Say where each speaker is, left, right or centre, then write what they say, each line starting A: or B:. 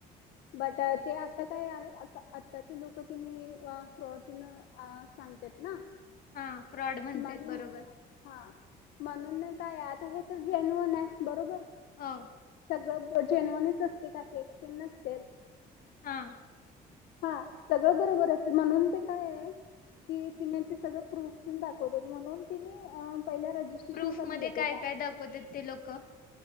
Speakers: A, on the left (about 80°); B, on the left (about 55°).
A: बट ते आता काय आताचे लोक ति फ्रॉड सांगतात ना
B: हा फ्रॉड म्हणतेत
A: म्हणून
B: बरोबर
A: हा म्हणून ना काय आता हे तर जेन्युन आहे बरोबर
B: हो
A: सगळं जेन्यूनच असत <unintelligible>
B: हा
A: हा सगळं बरोबर असते म्हणून ते काय आहे कि तिने ते सगळं प्रूफ तीन दाखवत होते. म्हणून तिने पहिला रजिस्ट्रेशन
B: प्रूफ
A: करून
B: मध्ये
A: घेते
B: काय
A: का?
B: काय दाखवतात ते लोक?